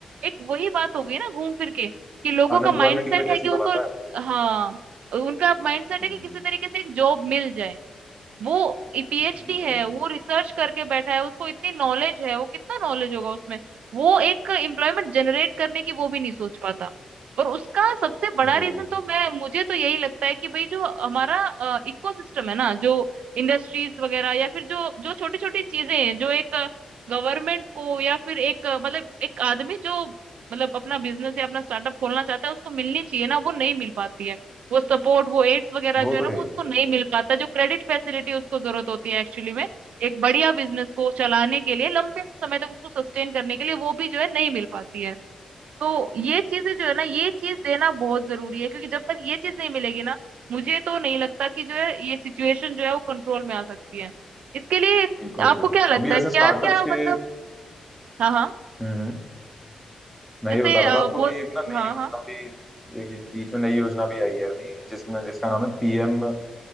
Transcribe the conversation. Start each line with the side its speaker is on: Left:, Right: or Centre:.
Right: एक वही बात हो गई ना घूम फिर के कि लोगों
Centre: अनएम्प्लॉयमेंट
Right: का माइंडसेट
Centre: की वजह
Right: है
Centre: से
Right: कि
Centre: ही
Right: उनको
Centre: तो भर रहा है वो
Right: हाँ उनका माइंडसेट
Centre: हम्म
Right: है कि किसी तरीके से एक जॉब मिल जाए वो पीएचडी
Centre: वही
Right: है
Centre: वही वही
Right: वो रिसर्च करके बैठा है उसको इतनी नॉलेज है वो कितना नॉलेज होगा उसमें वो एक एम्प्लॉयमेंट जनरेट करने की वो भी नहीं सोच पाता और उसका सबसे बड़ा
Centre: वही
Right: रीजन
Centre: वही वही
Right: तो मैं मुझे तो यही लगता है कि भाई जो हमारा इकोसिस्टम है ना जो इंडस्ट्रीज वगैरह या फिर जो जो छोटी छोटी चीजें हैं जो एक गवर्नमेंट को या फिर एक अ, मतलब एक आदमी जो मतलब अपना बिजनेस या अपना स्टार्टअप खोलना चाहता है उसको मिलनी चाहिए ना वो नहीं मिल पाती है वो सपोर्ट वो एड्स वगैरह
Centre: वो
Right: जो है
Centre: तो
Right: ना
Centre: है
Right: वो
Centre: ही
Right: उसको नहीं मिल पाता जो क्रेडिट फैसिलिटी उसको जरूरत होती है एक्चुअली में एक बढ़िया बिजनेस को चलाने के लिए लंबे समय तक उसको सस्टेन करने के लिए वो भी जो है नहीं मिल पाती है तो ये चीजें जो है ना ये चीज देना बहुत जरूरी है क्योंकि जब तक ये चीज नहीं मिलेगी ना मुझे तो नहीं लगता कि जो है ये सिचुएशन जो है वो कंट्रोल में आ सकती है इसके लिए
Centre: बिल्कुल
Right: आपको
Centre: बिल्कुल
Right: क्या लगता
Centre: अभी वैसे
Right: है क्या
Centre: स्टार्टअप्स
Right: क्या
Centre: के
Right: मतलब हाँ हाँ
Centre: हम्म हम्म, मैं
Right: जैसे
Centre: ये बता रहा
Right: अ,
Centre: था आपको
Right: बहुत
Centre: कि एक ना नई
Right: हाँ
Centre: योजना
Right: हाँ
Centre: भी एक ये बीच में नई योजना भी आई है अभी जिसमें जिसका नाम है पीएम